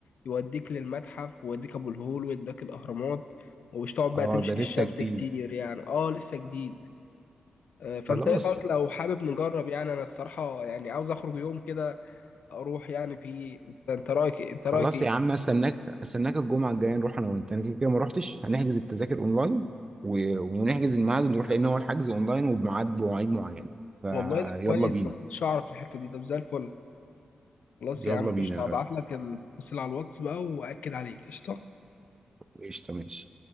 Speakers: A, on the left (about 70°); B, on the right (about 30°).
A: يوديك للمتحف ويوديك أبو الهول ويوديك الأهرامات ومش تقعد بقى
B: اه
A: تمشي
B: ده
A: في
B: لسه
A: الشمس
B: جديد
A: كتير يعني اه لسه جديد آه، فانت
B: خلاص
A: ايه رايك لو حابب نجرب يعني انا الصراحه يعني عاوز اخرج يوم كده اروح يعني فيه انت رايك إيه؟ انت
B: خلاص
A: رايك ايه
B: يا عم استناك استناك الجمعه الجايه نروح انا وانت انا كده كده ما روحتش هنحجز التذاكر اونلاين و... ونحجز الميعاد ونروح لان هو الحجز اونلاين وبميعاد بمواعيد معينه فيلا
A: والله ده كويس
B: بينا
A: ما كنتش اعرف الحته دي طب زي الفل خلاص
B: يلا
A: يا عم
B: بينا
A: قشطه
B: يا راجل
A: هبعت لك التفاصيل على الواتس بقى واكد عليك قشطه
B: قشطه ماشي